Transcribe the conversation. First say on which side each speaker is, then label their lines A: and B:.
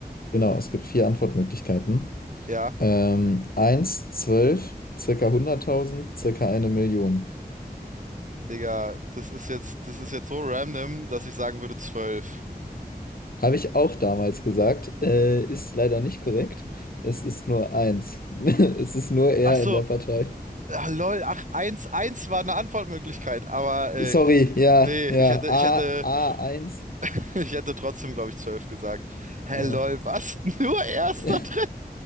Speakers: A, on the left (about 65°); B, on the right (about 50°).
A: genau, es gibt vier Antwortmöglichkeiten.
B: Ja,
A: Ähm, 1, 12, circa hunderttausend, circa eine Million.
B: Digga, das ist jetzt, das ist jetzt so random, dass ich sagen würde zwölf.
A: Habe ich auch damals gesagt, äh, ist leider nicht korrekt. Es ist nur eins. <laughs> Es ist nur er
B: Ach so,
A: in der Partei.
B: ah, lol, ach, eins, eins war eine Antwortmöglichkeit, aber äh,
A: Sorry, ja,
B: nee, ich
A: ja,
B: hätte,
A: A,
B: ich hätte
A: A1.
B: <laughs> Ich hätte trotzdem, glaube ich, 12 gesagt. Hä,
A: Ja.
B: lol, was? <laughs> Nur Erster
A: <laughs>
B: drin?